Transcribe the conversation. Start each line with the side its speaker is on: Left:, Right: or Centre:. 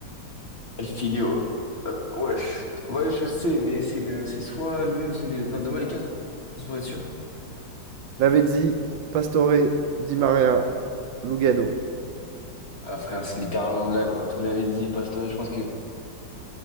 Left: Elfidio. Euh, wesh. Ouais, je sais, mais c'est le, c'est soit lui ou soit lui. Attends, donne-moi les quatre, juste pour être sûr.
Right: Lavezzi, Pastore, Di Maria, Lugano.
Left: Ah, frère, c'est littéralement la- entre Lavezzi et Pastore, je pense que...